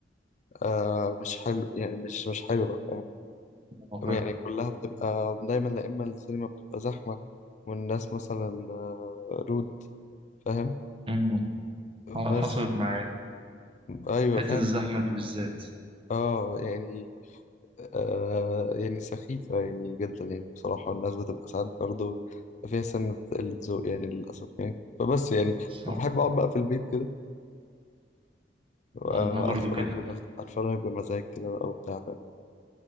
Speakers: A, on the left; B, on the right.
A: آه مش حلو يعني مش مش حلوة
B: اه
A: يعني
B: فاهم
A: كلها بتبقى دايما لا إما السينما بتبقى زحمة والناس مثلا آه، رود فاهم
B: أمم. آه،
A: بس
B: حصلت معايا
A: أيوة
B: حته
A: فاهم
B: الزحمه دي بالذات
A: اه يعني آه يعني سخيفة يعني جدا يعني بصراحة الناس بتبقى ساعات برضه فيها سنة قلة ذوق يعني للأسف يعني فبس يعني
B: صح
A: فبحب أقعد بقى في البيت كده آه،
B: انا برضو
A: أتفرج
B: كده
A: بمز... أتفرج بمزاج كده بقى وبتاع فاهم